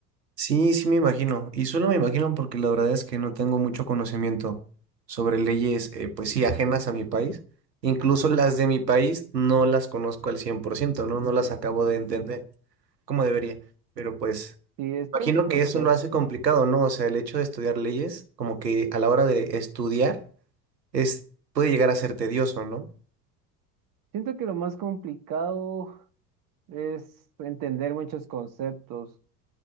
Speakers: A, on the right; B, on the right.
A: Sí, sí me imagino. Y solo me imagino porque la verdad es que no tengo mucho conocimiento sobre leyes, eh, pues sí, ajenas a mi país. Incluso las de mi país no las conozco al cien por ciento. ¿no? No las acabo de entender como debería. Pero pues,
B: Sí, es que
A: imagino
B: hay mucho
A: que eso
B: texto.
A: lo hace complicado, ¿no? O sea, el hecho de estudiar leyes, como que a la hora de estudiar, es, puede llegar a ser tedioso, ¿no?
B: Siento que lo más complicado Es entender muchos conceptos